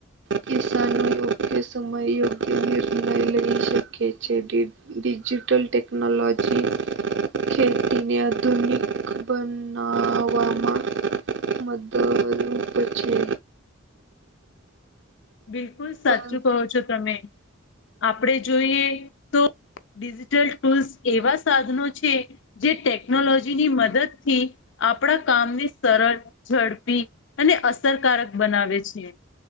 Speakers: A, on the right; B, on the left.
A: કિસાનોએ યોગ્ય સમય યોગ્ય નિર્ણય લઈ શકે છે. ડિજિટલ ટેકનોલોજી ખેતીને આધુનિક બનાવામાં મદરરૂપ છે.
B: બિલકુલ સાચું
A: પરં
B: કહો છો તમે આપડે જોઈએ તો, ડિજિટલ ટૂલ્સ એવા સાધનો છે. જે ટેકનોલોજીની મદદથી આપણા કામને સરળ ઝડપી અને અસરકારક બનાવે છે